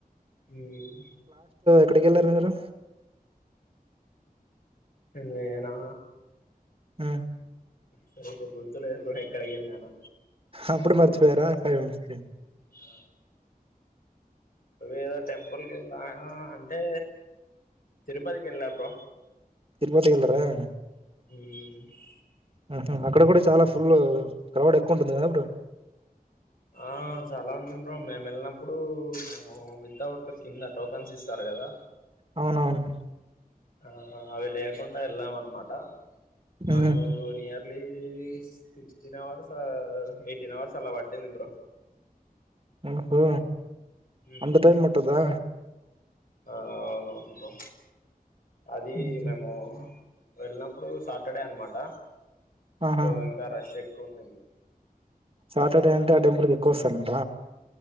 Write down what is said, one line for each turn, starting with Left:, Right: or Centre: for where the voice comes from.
Left: హుమ్మ్
Right: ఎక్కడికెళ్లారు మీరు
Left: నేనా
Right: మ్
Left: సరిగ్గా గుర్తుకు లేదు బ్రో ఎక్కడికి వెల్లినానో
Right: అప్పుడు మర్చపోయరా ఫైవ్స్
Left: ఆ వివిద టెంపుల్కి వెళ్ళా అంటే తిరుపతికి వెళ్ళా బ్రో
Right: తిరుపతికి వెళ్ళార
Left: హ్
Right: ఆహ అక్కడ కూడా చాలా ఫుల్ క్రౌడ్ ఎక్కువ ఉంటుంది కదా బ్రో
Left: ఆ చాలా ఉంది బ్రో మేము వెళ్ళినప్పుడు మేము వితౌట్ కిందటో కెన్స్ ఇస్తారు కదా
Right: అవునవును
Left: ఆ అవి లేకుండా వెళ్ళాం అనమాట మకు
Right: ఉమ్.
Left: ని అీ <unintelligible> సిక్స్టీన్ హవర్స్ ఎయిటీన్ హవర్స్ అలా పట్టింది బ్రో
Right: ఆహో
Left: మ్మ్
Right: అంత టైం పట్టుద్దా
Left: ఆ అవునవును బ్రో అది
Right: ఉమ్.
Left: మేము వెళ్ళినప్పుడు సాటర్డే అనమాట
Right: ఆహా
Left: సో ఇంకా రష్ ఎ కొన్నిది
Right: సాటర్డే అంటే ఆ టెంపుల్కి ఎక్కువ వస్తారంట